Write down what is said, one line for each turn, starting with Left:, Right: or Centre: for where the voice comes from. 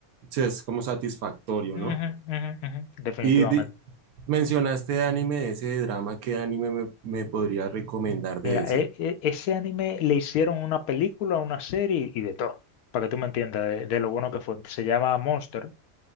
Right: Sí, es como satisfactorio,
Left: Ujú,
Right: ¿no?
Left: ujú, ujú, Mm. Definitivamente.
Right: Y di- mencionaste anime de ese drama, ¿qué anime me, me podrías recomendar de
Left: Mira,
Right: ese?
Left: e- e- ese anime le hicieron una película, una serie y de todo, para que tú me entiendas de, de lo bueno que fue. Se llama Monster.